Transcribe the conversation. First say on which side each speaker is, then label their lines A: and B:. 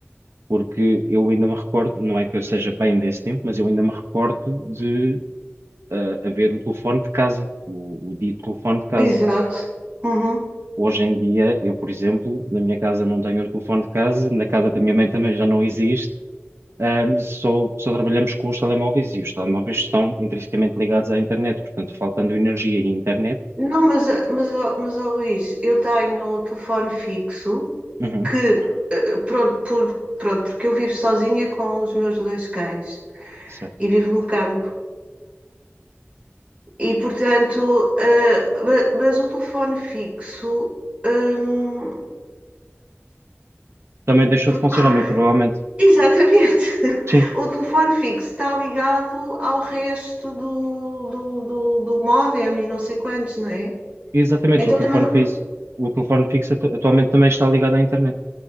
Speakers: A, on the right; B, on the right.
A: porque eu ainda me recordo, não é que eu seja bem desse tempo, mas eu ainda me recordo de ah, haver o telefone de casa, o, o dito telefone de casa.
B: Exato. Uhum.
A: Hoje em dia, eu, por exemplo, na minha casa não tenho um telefone de casa, na casa da minha mãe também já não existe, ah, só, só trabalhamos com os telemóveis e os telemóveis estão intrinsecamente ligados à internet, portanto, faltando energia e internet,
B: Não, mas, mas, ó- mas ó, Luís, eu tenho o telefone fixo
A: uhum,
B: que, eh, pronto, por, pronto, porque eu vivo sozinha com os meus dois cães
A: certo.
B: e vivo no campo. E, portanto, eh, ma- mas o telefone fixo, hum,
A: Também deixou
B: por
A: de funcionar,
B: causa-
A: mas provavelmente,
B: exatamente, <laughs>
A: sim,
B: o telefone fixo está ligado ao resto do, do, do, do módem e não sei quantos, não é?
A: exatamente,
B: Então
A: o telefone
B: também não,
A: fixo, o telefone fixo atu- atualmente também está ligado à internet,